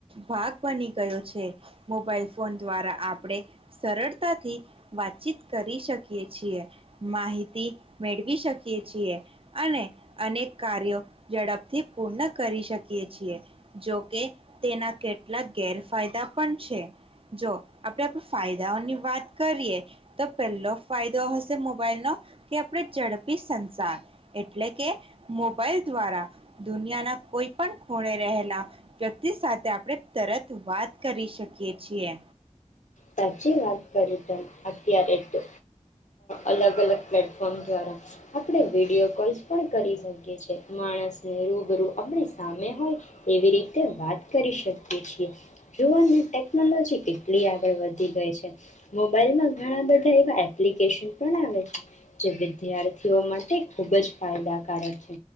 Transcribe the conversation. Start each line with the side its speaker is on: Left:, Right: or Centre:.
Right: ભાગ બની ગયો છે. મોબાઈલ ફોન દ્વારા આપણે સરળ તા થી વાતચીત કરી શકીએ છીએ, માહિતી મેળવી શકીએ છીએ અને અનેક કાર્યો ઝડપથી પૂર્ણ કરી શકીએ છીએ. જોકે તેના કેટલાક ગેરફાયદા પણ છે. જો આપણે ફાયદાઓની વાત કરીએ તો પહેલો ફાયદો હશે મોબાઈલ નો કે આપણે ઝડપી સંસાર એટલે કે મોબાઈલ દ્વારા દુનિયાના કોઈ પણ ખૂણે રહેલા વ્યક્તિ સાથે આપણે તરત વાત કરી શકીએ છીએ.
Left: સાચી વાત કરી તો અત્યારે તો અલગ અલગ પ્લેટફોર્મ દ્વારા આપણે વિડીયો કોલ્સ પણ કરી શકીએ છે. માણસને રૂબરૂ આપણી સામે હોય એવી રીતે વાત કરી શકીએ છીએ. જોવાની ટેકનોલોજી કેટલી આગળ વધી ગઈ છે. મોબાઈલમાં ઘણા બધા એવા એપ્લિકેશન પણ આવે છે, જે વિદ્યાર્થીઓ માટે ખૂબ જ ફાયદાકારક છે.